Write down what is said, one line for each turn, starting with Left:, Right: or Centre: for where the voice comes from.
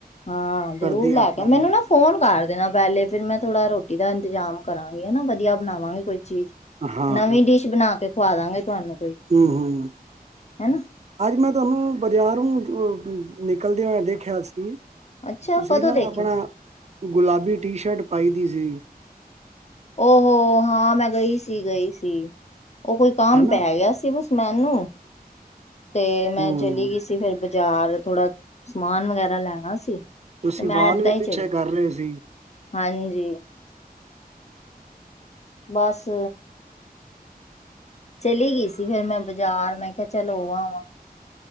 Left: ਹਾਂ ਜ਼ਰੂਰ
Right: ਕਰਦੀ
Left: ਲੈ
Right: ਹ ਪਲਾਨਿੰਗ
Left: ਕੇ ਮੈਨੂੰ ਨਾ ਫੋਨ ਕਰ ਦੇਣਾ, ਪਹਿਲੇ ਫੇਰ ਮੈਂ ਥੋੜਾ ਰੋਟੀ ਦਾ ਇੰਤਜ਼ਾਮ ਕਰਾਂਗੀ ਹਨਾ ਵਧੀਆ ਬਣਾਵਾਂਗੀ ਕੋਈ ਚੀਜ਼।
Right: ਹਾਂ
Left: ਨਵੀਂ ਡਿਸ਼ ਬਣਾ ਕੇ ਖਵਾ ਦਾਂਗੇ, ਤੁਹਾਨੂੰ ਕੋਈ
Right: ਹੂੰ-ਹੂੰ,
Left: ਹਨਾ
Right: ਅੱਜ ਮੈਂ ਤੁਹਾਨੂੰ ਬਜ਼ਾਰੋਂ ਨਿਕਲਦੇ ਹੋਏ ਦੇਖਿਆ ਸੀ।
Left: ਅੱਛਾ
Right: ਤੁਸੀਂ
Left: ਕਦੋਂ
Right: ਨਾ
Left: ਦੇਖਿਆ
Right: ਆਪਣਾ
Left: ਸੀ?
Right: ਗੁਲਾਬੀ ਟੀ ਸ਼ਰਟ ਪਾਈ ਦੀ ਸੀ
Left: ਉਹ ਹਾਂ ਮੈਂ ਗਈ ਸੀ, ਗਈ ਸੀ ਉਹ ਕੋਈ ਕੰਮ
Right: ਹੈਨਾ
Left: ਪੈ ਗਿਆ ਸੀ ਬ ਮੈਨੂੰ ਤੇ ਮੈਂ
Right: ਹੂੰ
Left: ਚਲੀ ਗਈ ਸੀ ਫਿਰ ਬਾਜ਼ਾਰ ਥੋੜਾ ਸਮਾਨ ਵਗੈਰਾ ਲੈਣਾ ਸੀ
Right: ਤੁਸੀਂ
Left: ਤੇ ਮੈਂ
Right: ਵਾਲ
Left: ਏਦਾਂ
Right: ਵੀ
Left: ਹੀ
Right: ਪਿੱਛੇ
Left: ਚਲੀ
Right: ਕਰ ਰਹੇ ਸੀ।
Left: ਹਾਂਜੀ, ਬਸ, ਚਲੀ ਗਈ ਸੀ ਫੇਰ ਮੈਂ ਬਾਜ਼ਾਰ ਮੈਂ ਕਿਹਾ ਚੱਲ ਉਹ ਆਵਾਂ,